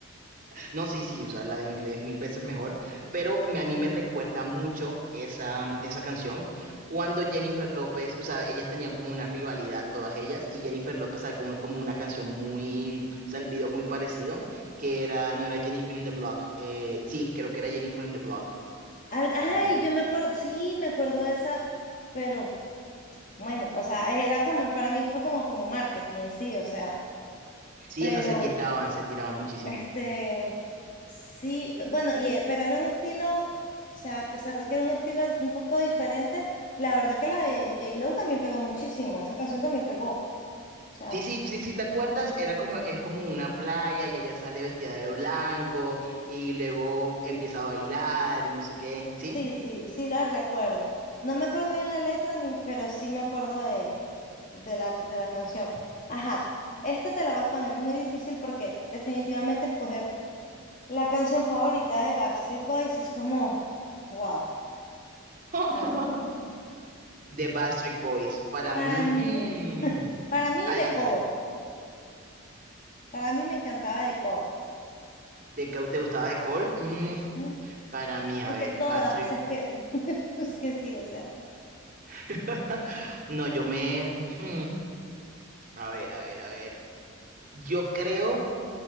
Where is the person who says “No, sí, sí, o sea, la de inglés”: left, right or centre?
Right